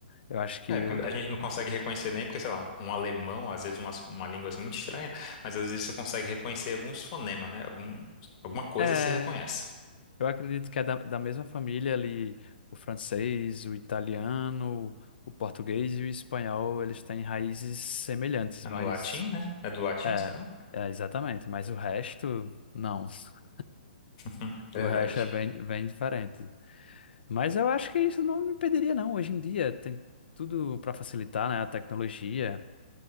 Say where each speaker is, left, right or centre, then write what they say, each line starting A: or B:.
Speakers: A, on the left; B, on the left.
A: Eu acho que
B: É, porque
A: o-
B: a gente não consegue reconhecer nem, porque, sei lá, um, um alemão, às vezes uma, uma língua assim muito estranha, mas às vezes você consegue reconhecer alguns fonemas, né? Algum, alguma coisa
A: é,
B: você reconhece.
A: eu acredito que é da, da mesma família ali, o francês, o italiano, o português e o espanhol, eles têm raízes semelhantes,
B: É
A: mas
B: no latim, né? É do latim,
A: é,
B: será?
A: é exatamente, mas o resto não. <laughs>
B: Hum,
A: O
B: Verdade,
A: resto é bem, bem diferente. Mas eu acho que isso não me impediria, não. Hoje em dia tem tudo para facilitar, né? A tecnologia.